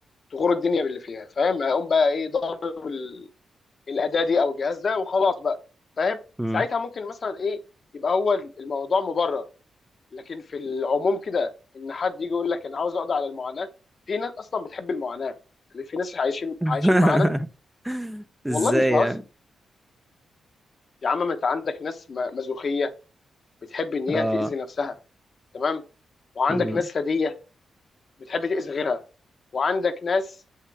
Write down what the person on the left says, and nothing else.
تغور الدنيا باللي فيها فاهم هيقوم بقى ايه ضارب الاداه دي او الجهاز ده وخلاص بقى فاهم
ساعتها ممكن مثلا ايه يبقى هو الموضوع مبرر لكن في العموم كده ان حد يجي يقول لك انا عاوز اقضي على المعاناه في ناس اصلا بتحب المعاناه يعني في ناس عايشين
عايشين معانا والله
مش بهزر
يا عم ما انت عندك ناس م- مازوخيه بتحب ان
هي تاذي نفسها تمام وعندك
ناس ثديه بتحب تاذي غيرها وعندك ناس